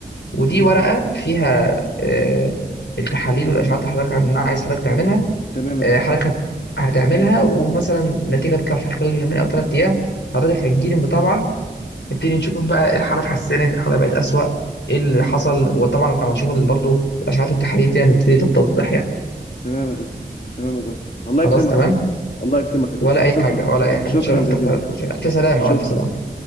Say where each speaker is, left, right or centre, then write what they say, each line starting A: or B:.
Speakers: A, on the left; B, on the left.
A: ودي ورقة فيها آه، التحاليل والأشعات اللي حضرتك أنا عايز حضرتك تعملها
B: تمام يا
A: آه،
B: دكتور
A: حضرتك هتعملها ومثلا النتيجه تطلع في خلال يومين او ثلاث ايام حضرتك هتجيلي متابعه نبتدي نشوف بقى الحاله اتحسنت الحاله بقت اسوأ ايه اللي حصل وطبعا لما نشوف برضه الاشعاعات والتحاليل دي هتبتدي تتضح يعني
B: تمام يا دكتور تمام يا دكتور الله
A: خلاص
B: يكرمك
A: تمام
B: يا دكتور الله يكرمك يا دكتور
A: ولا اي
B: شكرا
A: حاجه ولا اي حاجه
B: شكرا
A: اتشرفت
B: جزيلا
A: بحضرتك
B: يا دكتور
A: الف سلامه
B: شكرا
A: والف سلامه